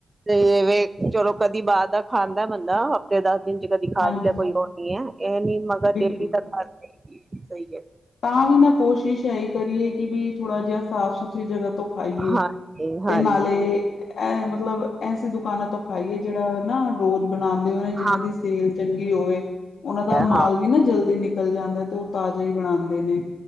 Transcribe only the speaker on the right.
ਤੇਵੇ ਚਲੋ ਕਦੀ ਬਾਹਰ ਦਾ ਖਾਂਦਾ ਏ ਬੰਦਾ ਹਫ਼ਤੇ ਦਸ ਦਿਨ ਚ ਕਦੀ ਦਿਖਾ
ਵੀ ਲਿਆ ਕੋਈ ਉਹ ਨੀ ਹੈ। ਇਹ ਨੀ ਮਗਰ
ਡੇਲੀ <unintelligible> ਸਹੀ ਹੈ।
ਹਾਂਜੀ
ਹਾਂਜੀ
ਹਾਂ
ਹਾਂ